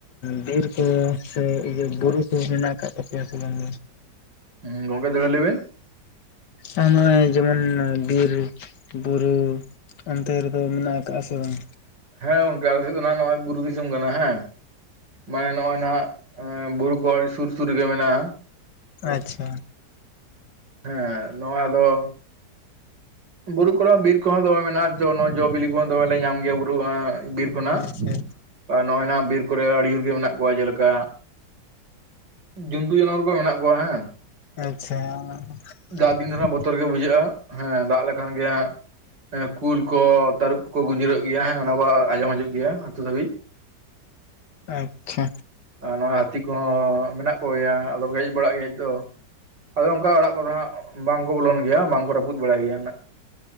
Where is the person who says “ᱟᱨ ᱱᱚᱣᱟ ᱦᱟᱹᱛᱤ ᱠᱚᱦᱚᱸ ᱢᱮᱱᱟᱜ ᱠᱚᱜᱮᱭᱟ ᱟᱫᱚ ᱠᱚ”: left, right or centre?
Right